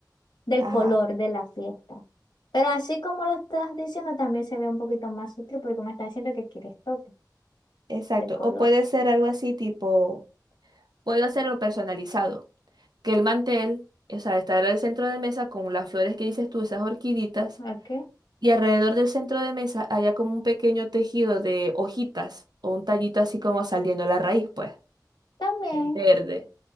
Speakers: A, on the left (about 80°); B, on the right (about 65°).
A: del
B: Ajá,
A: color de la fiesta. Pero así como lo estás diciendo, también se ve un poquito más sutil porque me está diciendo que quieres toque
B: exacto.
A: del color.
B: O puede ser algo así tipo... Puedo hacerlo personalizado, que el mantel, o sea, estará el centro de mesa con las flores que dices tú, esas orquiditas,
A: ¿Ok?
B: y alrededor del centro de mesa haya como un pequeño tejido de hojitas o un tallito así como saliendo la raíz, pues,
A: También,
B: en verde.